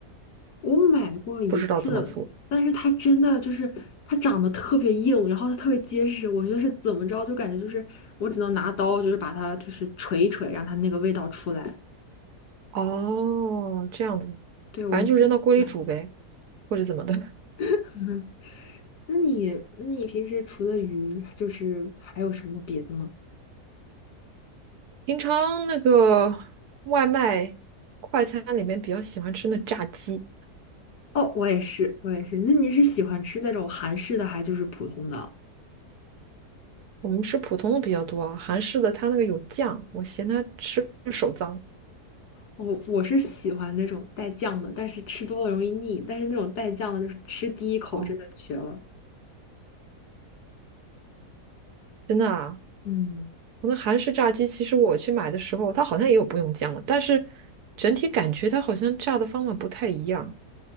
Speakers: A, on the left (about 75°); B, on the right (about 75°).
A: 我买过一次，
B: 不知道怎么做。
A: 但是它真的就是它长得特别硬，然后它特别结实，我就是怎么着就感觉就是我只能拿刀就是把它就是锤一锤，让它那个味道出来。
B: 哦，这样子，
A: 对，我是第一次买。
B: 反正就扔到锅里煮呗，或者怎么的。<laughs>
A: <laughs> 嗯，那你那你平时除了鱼，就是还有什么别的吗？
B: 平常那个外卖快餐里面比较喜欢吃那炸鸡，
A: 哦，我也是，我也是。那你是喜欢吃那种韩式的，还就是普通的？
B: 我们吃普通的比较多啊，韩式的它那个有酱，我嫌它吃手脏。
A: 我我是喜欢那种带酱的，但是吃多了容易腻，但是那种带酱的，就是吃第一口真的绝了。
B: 哦，真的啊，
A: 嗯。
B: 我那韩式炸鸡，其实我去买的时候，它好像也有不用酱的，但是整体感觉它好像炸的方法不太一样。